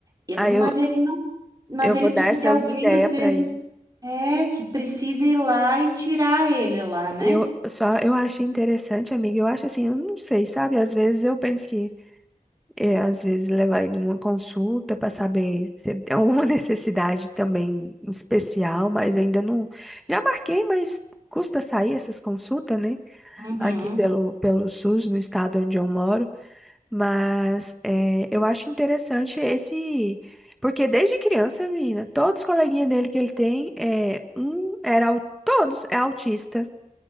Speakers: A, on the right; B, in the centre.
A: e-
B: Aí
A: Mas
B: eu,
A: ele não, mas
B: eu
A: ele
B: vou
A: precisa
B: dar essas
A: de alguém
B: ideias
A: às vezes
B: pra ele.
A: é que precisa ir lá e tirar ele lá, né?
B: Eu só, eu acho interessante, amiga, eu acho assim, eu não sei, sabe? Às vezes eu penso que É, às vezes levar ele numa consulta para saber se ele tem alguma <laughs> necessidade também especial, mas ainda não. Já marquei, mas custa sair essas consultas, né?
A: Uhum.
B: Aqui pelo, pelo SUS, no estado onde eu moro. Mas é, eu acho interessante esse. Porque desde criança, menina, todos os coleguinhas dele que ele tem, é, um era. au- Todos é autista.